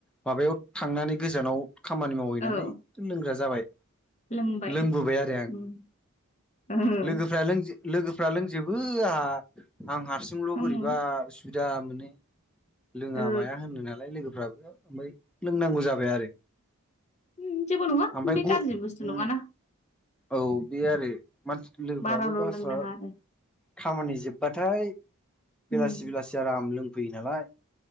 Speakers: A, in the centre; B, on the left.
A: माबायाव थांनानै गोजानाव खामानि मावहैनानै
B: औ
A: लोंग्रा जाबाय।
B: लोंबाय
A: लोंबोबाय आरो आं
B: उम ओहो
A: लोगोफ्रा लोंजो लोगोफ्रा लोंजोबो आंहा आं हारसिंल' बोरैबा
B: उम
A: उसुबिदा मोनो। लोङा
B: ओ
A: माया होनो नालाय लोगोफ्राबो ओमफ्राय लोंनांगौ जाबाय आरो।
B: ओम जेबो नङा
A: ओमफ्राय
B: बे
A: ग
B: गाज्रि बुसथु
A: उम
B: नङाना।
A: औ बे आरो मानसि लोगोफ्राबो
B: बाराल'
A: गावस्रा
B: लोंनाङा आरो
A: खामानि जोबबाथाय बेलासि
B: उम
A: बेलासि आराम लोंफैयो नालाय।